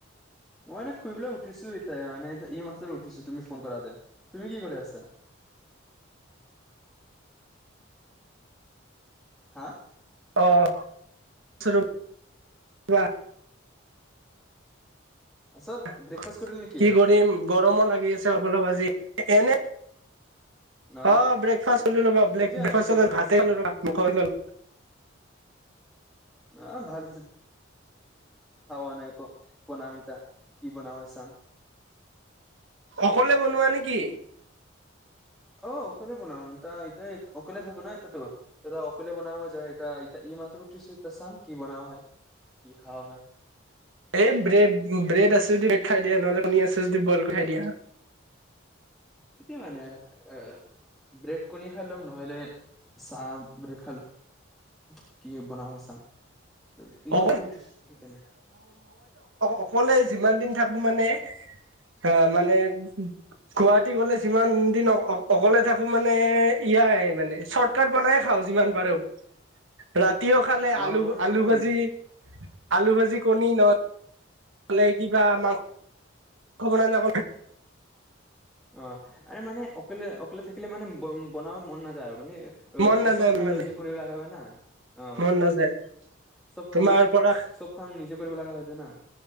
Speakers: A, in the centre; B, on the right.
A: মই এনে ফুৰিবলৈ উঠিছো এতিয়াই মানে এই মাহত উঠিছো তুমি ফোন কৰা দে, তুমি কি কৰি আছা? <inaudible> হা?
B: অ', থুথু, কোৱা?
A: আছত
B: কি
A: ব্ৰেকফাষ্ট কৰিল নেকি
B: কৰিম! গৰমো লাগি আছে অলপ আজি এনে
A: ন
B: অ', ব্ৰেকফাষ্ট কৰিলো ব ব্লেক
A: এতিয়া
B: ব্ৰেকফাস্টত
A: গৰম
B: আজি ভাতেই
A: আছে
B: ল'লো ৰবা <unintelligible>
A: অ ভাল <unintelligible> বনাও হয় চাম
B: অকলে বনোৱা নেকি
A: অ অকলে বনাও ইতা ইতা অকলে থাকো ন এতাতো এ অকলে বনাব যায় এতা কি মাত ৰুটি চইত চাম কি বনোৱা হয় কি খাোৱাা হয়
B: এই ব্ৰেড ব্ৰেড আছো যদি ব্ৰেড খাই দিয়া নহলে কণী আছো যদি বইল কৰি খাই দিয়া
A: এতিয়া মানে এ ব্ৰেড কণী খাই লম নহলে চাহ ব্ৰেড <unintelligible> এইমাত্ৰ
B: <unintelligible>
A: উঠিছো সেইকাৰণে।
B: অকলে যিমান দিন থাকো মানে
A: <unintelligible>
B: হ মানে গুৱাহাটী গলে যিমান দিন অকলে থাকো মানে ইয়াত নাই মানে চৰ্ট কট বনাইে খাওঁ যিমান পাৰো
A: <unintelligible>
B: ৰাতিও খালে
A: অ
B: আলু
A: ময়ো মানে
B: আলু ভাজি আলু ভাজি কণী নয় লে কিবা মাংস মাংস বনালে অক
A: অ আৰে মানে অকলে অকলে থাকিলে মানে ব বনাব মন নাযায় আৰু মানে
B: মন নাযায়
A: চব
B: মন
A: কাম
B: নাযায়
A: নিজে কৰিব লগা হয় না অ
B: মন নাযায়
A: চব
B: তোমাৰ
A: কাম
B: পৰা
A: চব কাম নিজে কৰিব লগা হয় যানা